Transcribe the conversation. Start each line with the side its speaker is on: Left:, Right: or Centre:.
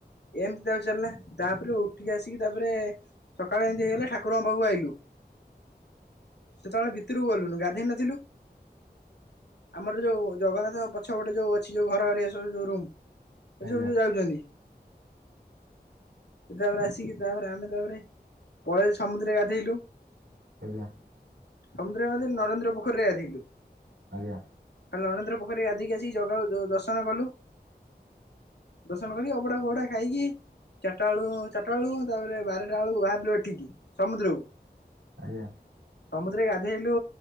Left: ଏମିତି ତାପରେ ଚାଲିଲା ତାପରେ ଉଠିକି ଆସିକି ତାପରେ ସକାଳେ ଏମିତି ହେଇଗଲା ଠାକୁରଙ୍କ ପାଖକୁ ଆଇଲୁ। ସେତେବେଳେ ଭିତୁରୁକୁ ଗଲୁନୁ ଗାଧେଇ ନଥିଲୁ। ଆମର ଯୋଉ ଜଗନ୍ନାଥଙ୍କ ପଛପଟେ ଯୋଉ ଅଛି ଯୋଉ ଘର ହରିଆ ସବୁ ଯୋଉ ରୁମ୍ ଏ
Right: ଆଜ୍ଞା
Left: ସବୁ ଯୋଉ ଯାଉଛନ୍ତି। ତାପରେ ଆସିକି ତାପରେ ଆମେ ତାପରେ ପଳେଇ ସମୁଦ୍ରରେ ଗାଧେଇଲୁ।
Right: ଆଜ୍ଞା।
Left: ସମୁଦ୍ର ରେ ଗାଧେଇଲୁ ନରେନ୍ଦ୍ର ପୋଖରୀରେ ଗାଧେଇଲୁ।
Right: ଆଜ୍ଞା।
Left: ନରେନ୍ଦ୍ର ପୋଖରୀ ରେ ଗାଧେଇକି ଆସି ଜଗା କୁ ଦର୍ଶନ କଲୁ। ଦର୍ଶନ କରି ଅଭଡା ଫବଡ ଖାଇକି ଚାରିଟା ବେଳୁ ଚାରଟା ବେଳୁ ତାପରେ ବାରଟା ବେଳକୁ ବାହାରିଲୁ ଏଠିକି ସମୁଦ୍ରକୁ।
Right: ଆଜ୍ଞା।
Left: ସମୁଦ୍ରରେ ଗାଧୋଇଲୁ